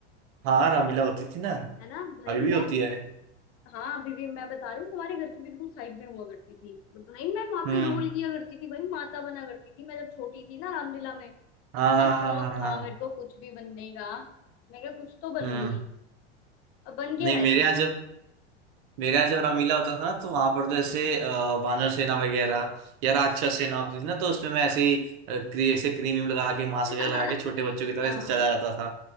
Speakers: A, on the right; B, on the left.
A: हाँ रामलीला होती थी ना
B: है ना भाई
A: अभी भी
B: मैं
A: होती है
B: हाँ अभी भी मैं बता रही हूँ हमारे घर की बिल्कुल साइड में हुआ करती थी भाई मैं वहां
A: हम्म
B: पे रोल किया करती थी भाई माता बना करती थी मैं जब छोटी थी ना रामलीला में इतना
A: हाँ हाँ
B: शौक
A: हाँ हाँ हाँ
B: था
A: हाँ,
B: मेरे को कुछ भी बनने का मैं क्या कुछ तो बनूंगी
A: हम्म
B: और बन के
A: नहीं
B: रहती
A: मेरे यहाँ
B: थी
A: जब मेरा जब रामीला होता था ना तो वहां पर तो ऐसे अ, वानर सेना वगैरह या राक्षस सेना होती थी ना तो उसमें मैं ऐसे ही अ, क्री, ऐसे क्रीम व्रीम लगा के मास्क
B: <laughs>
A: वगैरह लगा के छोटे बच्चों की तरह
B: हाँ
A: ऐसे चला जाता था